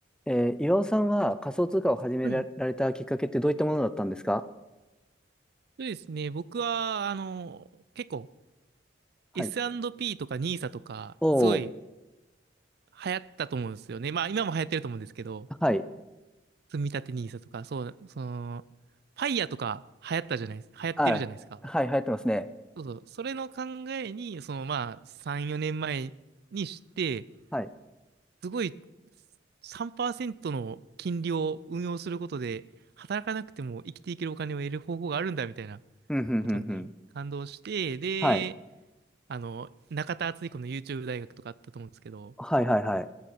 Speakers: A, in the centre; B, on the right.
A: えー岩尾さんは仮想通貨を始めらられたきっかけってどういったものだったんですか
B: はい。そうですね。僕は、あの、結構
A: はい。
B: S&P とかニーサとか、
A: おお、
B: すごい流行ったと思うんですよね。まあ今も流行ってると思うんですけど、
A: はい。
B: 積み立てニーサとか、そう、その、ファイヤーとか流行ったじゃないです、流行ってるじゃないですか。
A: あ、はい、流行ってますね。
B: そうそう。それの考えに、そのまあ3、4年前にして、
A: はい。
B: すごい3%の金利を運用することで、働かなくても生きていけるお金を得る方法があるんだみたいな
A: うん、うん、うん、
B: ことに感動して、
A: うん。
B: で、
A: はい。
B: あの、中田敦彦の YouTube 大学とかあったと思うんですけど、
A: はい、はい、はい。